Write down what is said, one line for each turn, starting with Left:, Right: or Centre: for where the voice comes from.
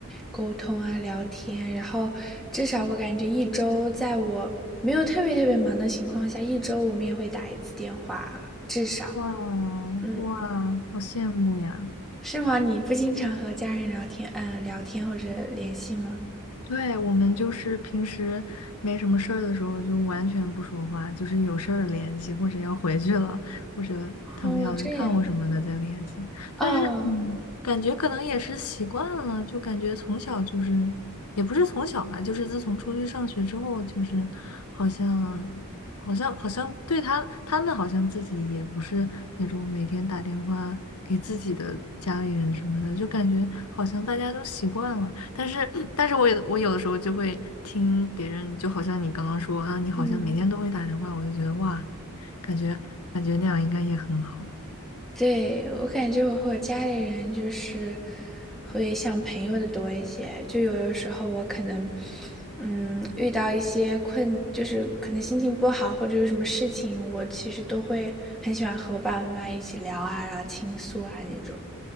Centre: 沟通啊、聊天啊，然后至少我感觉一周，在我没有特别特别忙的情况下，一周我们也会打一次电话，至少。
Left: 哇
Centre: 嗯，
Left: 哇，
Centre: 嗯
Left: 好羡慕呀！
Centre: 是吗？你不经常和家人聊天，嗯、聊天或者联系吗？
Left: 对，我们就是平时没什么事儿的时候，就完全不说话，就是有事儿联系，或者要回去了，或者他们要来看我什么的再联系。
Centre: 哦，这样。啊，
Left: 但是，嗯，感觉可能也是习惯了，就感觉从小就是，也不是从小吧，就是自从出去上学之后，就是好像。好像好像对他他们好像自己也不是那种每天打电话给自己的家里人什么的，就感觉好像大家都习惯了。但是但是我也我有的时候就会听别人，就好像你刚刚说啊，你好像每天都会打电话，
Centre: 嗯。
Left: 我就觉得哇，感觉感觉那样应该也很好
Centre: 对，我感觉我和我家里人就是会像朋友的多一些，就有的时候我可能，嗯，遇到一些困，就是可能心情不好或者有什么事情，我其实都会很喜欢和我爸爸妈妈一起聊啊，然后倾诉啊那种。